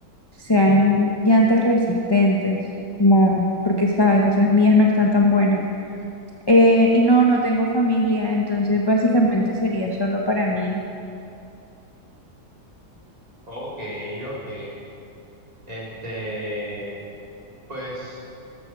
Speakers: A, on the left (about 20°); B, on the right (about 20°).
A: sean llantas resistentes, como porque sabes, esas vías no están tan buenas. Eh, y no, no tengo familia, entonces básicamente sería solo para mí.
B: Ok, ok. Este, pues